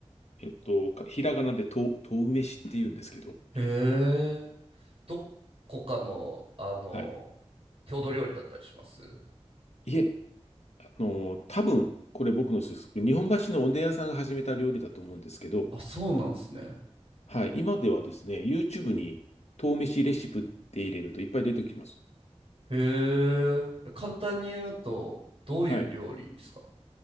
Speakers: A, on the left (about 75°); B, on the right (about 60°).
A: えっと、かひらがなで豆、豆飯って言うんですけど、
B: へえ。どこかの、あの、
A: はい。
B: 郷土料理だったりします
A: いえ、あの、多分、これ僕の推測、日本橋のおでん屋さんが始めた料理だと思うんですけど、
B: あ、そうなんですね。
A: はい、今ではですね、YouTube に豆飯レシピって入れるといっぱい出てきます。
B: へえ。簡単に言うと、どういう料理ですか
A: はい。